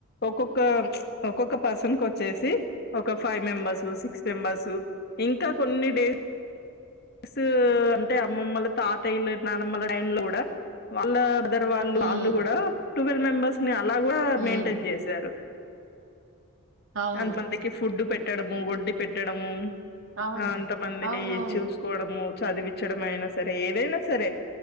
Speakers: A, on the left (about 45°); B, on the right (about 65°).
A: ఒక్కొక్క ఒక్కొక్క పర్సనకోచ్చేసి ఒక ఫైవ్ మెంబర్స్ సిక్స్ మెంబర్స్ ఇంకా కొన్ని డే స్ అంటే అమ్మమ్మలు తాతయ్యలు నానమ్మల టైం లో కూడా వాళ్ళ ఇద్దరు వాళ్ళు
B: ఉమ్
A: వాళ్ళు కూడా ట్వెల్వ్ మెంబెర్స్ ని అలా కూడా
B: ఉమ్
A: మెయింటైన్ చేశారు
B: అవును
A: అంతమందికి ఫుడ్డు పెట్టడము వండి పెట్టడము
B: అవును
A: ఆ అంత మందిని
B: అవునవును
A: చూసుకోవడము చదివించడమైనా సరే ఏదైనా సరే